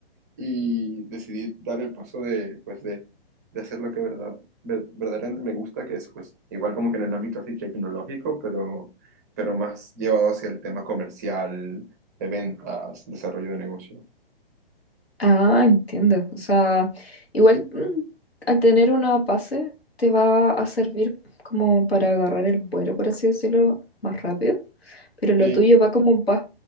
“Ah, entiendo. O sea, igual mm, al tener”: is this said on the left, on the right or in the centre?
Left